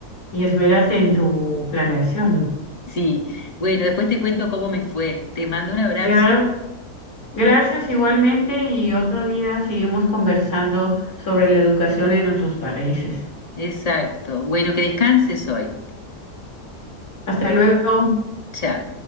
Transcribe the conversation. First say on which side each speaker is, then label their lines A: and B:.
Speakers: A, on the left; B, on the left.
A: y esmérate en tu planeación.
B: Sí, bueno, después te cuento cómo me fue. Te mando un abrazo.
A: Claro, gracias igualmente y otro día seguimos conversando sobre la educación en nuestros países.
B: Exacto. Bueno, que descanses hoy.
A: Hasta luego.
B: Chao.